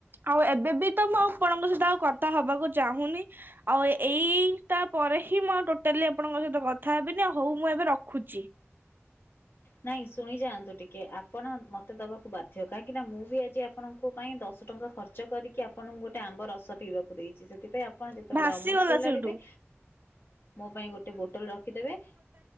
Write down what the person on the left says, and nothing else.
ନାଇଁ ଶୁଣି ଯାଆନ୍ତୁ ଟିକେ ଆ ପଣ ମତେ ଦବାକୁ ବାଧ୍ୟ କାହିଁକି ନା ମୁଁ ବି ଆଜି ଆପଣଙ୍କ ପାଇଁ ଦଶ ଟଙ୍କା ଖର୍ଚ୍ଚ କରି କି ଆପଣଙ୍କୁ ଗୋଟେ ଆମ୍ବ ରସ ପିଇବାକୁ ଦେଇଛି ସେଥିପାଇଁ ଆପଣ ଯେତେବେଳେ
ଅମୁଲ୍ କୁ୍ଲ୍
ଆଣିବେ ମୋ ପାଇଁ ଗୋଟେ ବୋଟଲ ରଖିଦେବେ।